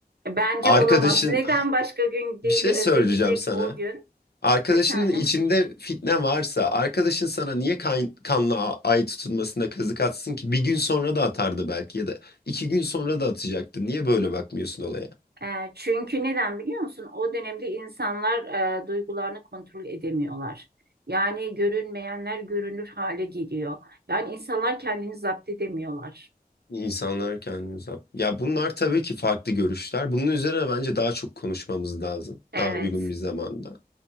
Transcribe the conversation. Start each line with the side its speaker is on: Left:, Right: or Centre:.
Right: bence
Left: arkadaşın
Right: olamaz. Neden
Left: Ha,
Right: başka gün
Left: bir
Right: değil,
Left: şey
Right: özellikle
Left: söyleyeceğim sana.
Right: o gün?
Left: Arkadaşının
Right: Efendim?
Left: içinde fitne varsa arkadaşın sana niye kan- kanla a- ay tutulmasına kazık atsın ki? Bir gün sonra da atardı belki ya da iki gün sonra da atacaktı. Niye böyle bakmıyorsun olaya?
Right: E, çünkü neden biliyor musun? O dönemde insanlar e, duygularını kontrol edemiyorlar. Yani görünmeyenler görünür hale geliyor. Yani insanlar kendini zapt edemiyorlar.
Left: İnsanlar kendini uzak. Ya bunlar tabii ki farklı görüşler. Bunun üzerine bence daha çok konuşmamız lazım.
Right: Evet,
Left: Daha uygun bir zamanda.